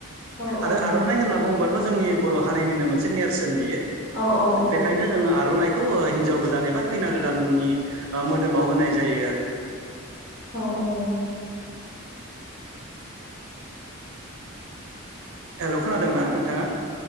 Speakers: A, on the left; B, on the right.
A: औ औ
B: आरो
A: नोंथां
B: आर'नाइ होनना बुङोबाथ' जोंनि बर' हारिनिनो मोनसे नेरसोन बियो
A: औ औ औ
B: बेखायनो जोङो आर'नाइखौ थ' हिनजाव गोदान एबा खैना गोदाननि मोदोमाव होनाय जायो आरो
A: औ औ
B: हेल' खोनादोंना नोंथाङा